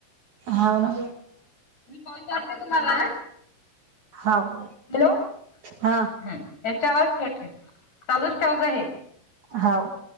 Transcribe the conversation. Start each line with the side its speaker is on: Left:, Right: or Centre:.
Right: ह ना,
Left: मी कॉल करते तुम्हाला,
Right: हाव
Left: हॅलो हम,
Right: हा.
Left: चार वाजलेत काय, चालूच ठेवता हे
Right: हाव